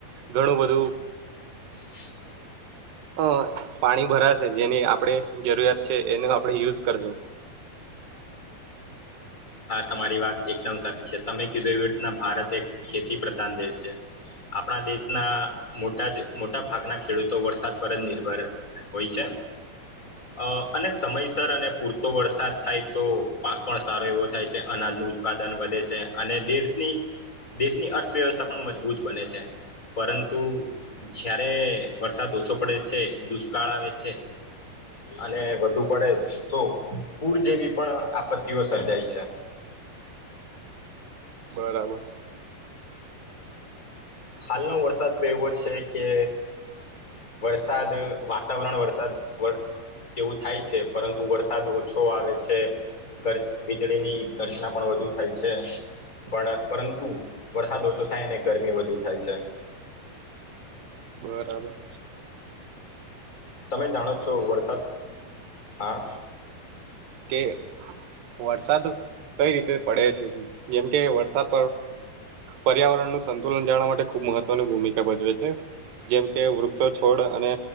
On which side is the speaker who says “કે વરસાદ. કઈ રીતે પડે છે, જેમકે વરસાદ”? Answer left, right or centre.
Right